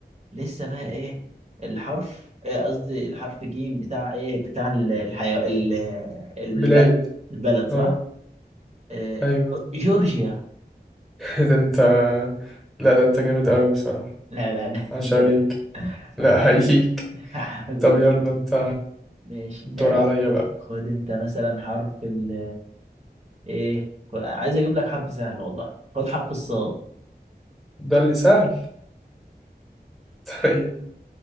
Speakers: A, on the right; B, in the centre.
A: لسه بقى ايه الحرف إيه قصدي الحرف جيم بتاع ايه بتاع ال- الحيو... ال- البلد
B: بلاد
A: البلد صح
B: اه
A: إيه،
B: ايوه
A: جورجيا
B: <laughs> ده انت لا ده انت جامد قوي بصراحة
A: لا لا لا <laughs>
B: عاش
A: ازاي
B: عليك
A: بس؟
B: لا
A: حبيبي
B: حقيقيك
A: حبيبي
B: طب يلا انت
A: ماشي
B: الدور
A: أجي.
B: عليا بقى
A: خد انت مثلا حرف ال ايه خد- عايز اجيب لك حرف سهل والله خد حرف الصاد
B: ده اللي سهل <laughs> طيب